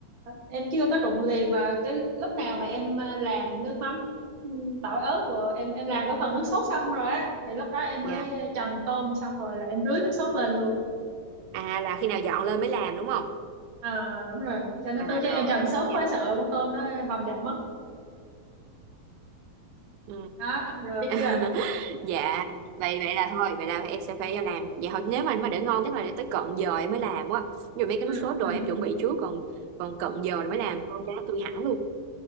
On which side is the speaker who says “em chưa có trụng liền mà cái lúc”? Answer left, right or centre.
Right